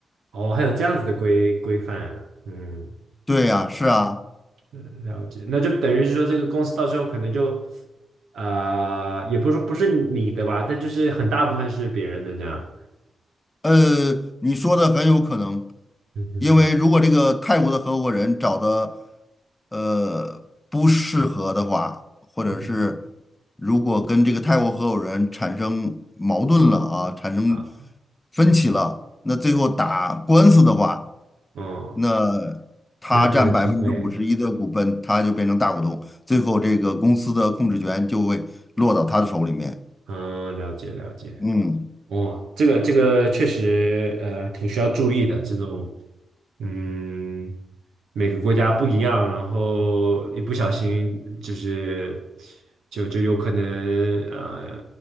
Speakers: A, on the right; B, on the left.
A: 哦，还有这样子的规规范啊，嗯，
B: 对呀，是啊。
A: 了解，那就等于是说这个公司到最后可能就啊，也不是说不是你的吧，但就是很大部分是别人的这样，
B: 呃，你说的很有可能，
A: 嗯哼，
B: 因为如果这个泰国的合伙人找的呃不适合的话，或者是如果跟这个泰国合伙人产生矛盾了啊，
A: 嗯
B: 产生
A: 啊，
B: 分歧了，那最后打官司的话，
A: 嗯。
B: 那他占百分之五十一的股份，
A: 没有可能吃亏。
B: 他就变成大股东，最后这个公司的控制权就会落到他的手里面。
A: 嗯，了解了解。
B: 嗯。
A: 哦，这个这个确实呃挺需要注意的。这种嗯，每个国家不一样，然后一不小心就是就就有可能呃